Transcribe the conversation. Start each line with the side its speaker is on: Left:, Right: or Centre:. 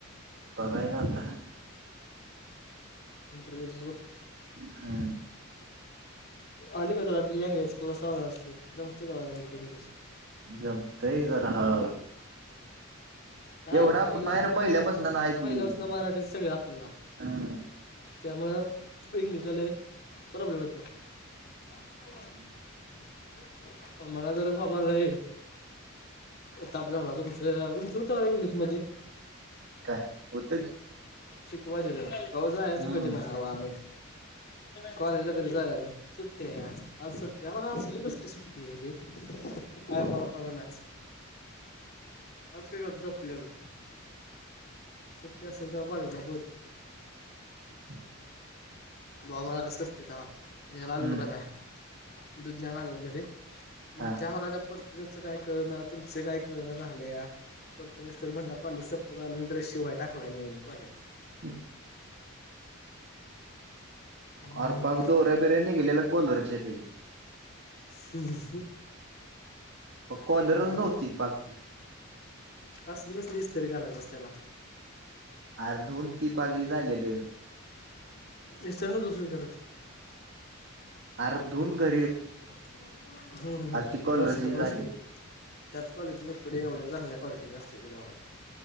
Right: बघायच आता.
Left: <inaudible> इंटरव्ह्यूचच बघ
Right: हम्म
Left: आली का तुला ती लँग्वेज क्लास लावलास ते, जमते का बऱ्यापैकी इंग्लिश?
Right: जमतेय जरा हळूहळू.
Left: काय
Right: एवढं
Left: अर्थ
Right: आपण
Left: पहिल्यापासन
Right: नाही रे
Left: आपलं
Right: पहिल्यापासून नाही ती
Left: पहिल्यापासन मराठीत सगळं आपल्याला
Right: हम्म
Left: त्यामुळं इंग्लिशला लय प्रॉब्लेम येतो. <unintelligible> मला तर बाबा लय ताप झाला तुमच तुमच होत का इंग्लिश मध्ये
Right: काय होतं की
Left: शिकवाचे तेव्हा. हो जायच
Right: हम्म
Left: कधी म्हणाव आम्ही कॉलेजला कधी जायाचं सुट्टी आहे आज. आज सुट्टी आहे बघा असली कसली सुट्टी हाय जे अरे मला कळलं नाही. आज काय क <unintelligible> झोपलेलो. सुट्टी असेल तेव्हा कॉलेजला पोत.
Right: <inaudible>
Left: बा मला कस करतेेत घ्यायला आलेलो
Right: हम्म
Left: का नाही. दुध्याला लागल घरी मग
Right: हा
Left: च प्रथमेशच काय कळणा तुमचं काय कळणा झालंया प्रथमेशच तर म्हणला कॉलेज संपत आलं ड्रेस शिवाय टाकलाय नवीन कॉलेजचा.
Right: <unintelligible>
Left: म्हणलं
Right: आर पार दोऱ्या बिर्याणी गेलेल्या कॉलरचे ते.
Left: हम्म हम्म
Right: प
Left: हम्म
Right: कॉलरच
Left: आलाय
Right: नव्हती
Left: तो.
Right: ती पाक ती
Left: असली कसली इसतरी करायचंस त्याला.
Right: अर दोन ती पाग हे झालेलं.
Left: इस्तलन दुसरीकडे.
Right: आर दोन ग
Left: हो हो हो
Right: ती
Left: बसलं
Right: कॉलरची हे झालेली
Left: बसलं. त्यात कॉलेजचे कपडे एवढ्या चांगल्या क्वालिटीचे असतात गावात.